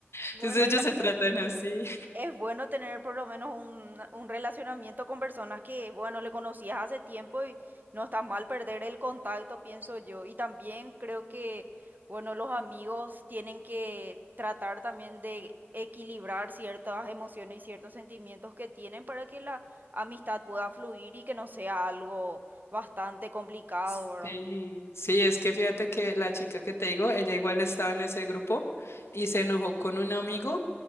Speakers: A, on the right (about 45°); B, on the left (about 80°).
A: Bueno,
B: entonces ellos
A: y la
B: se
A: verdad.
B: tratan así.
A: Es bueno tener por lo menos un, un relacionamiento con personas que, bueno, le conocías hace tiempo y no está mal perder el contacto, pienso yo. Y también creo que, bueno, los amigos tienen que tratar también de equilibrar ciertas emociones y ciertos sentimientos que tienen para que la amistad pueda fluir y que no sea algo bastante complicado,
B: Sí,
A: ¿verdad?
B: sí, es que fíjate que la chica que te digo, ella igual estaba en ese grupo y se enojó con un amigo